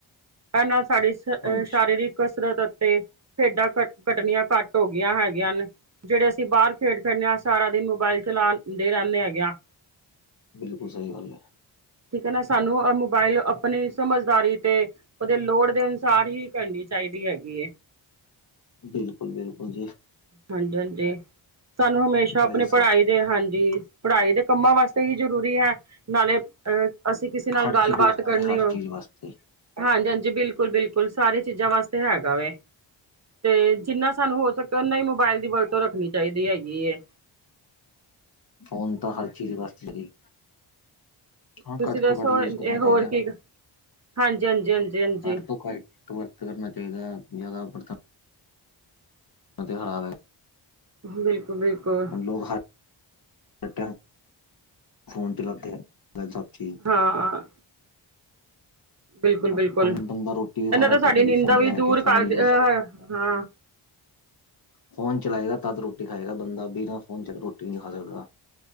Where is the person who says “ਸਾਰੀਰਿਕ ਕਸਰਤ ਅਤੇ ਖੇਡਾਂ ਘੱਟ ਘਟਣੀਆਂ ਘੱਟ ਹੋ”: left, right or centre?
Right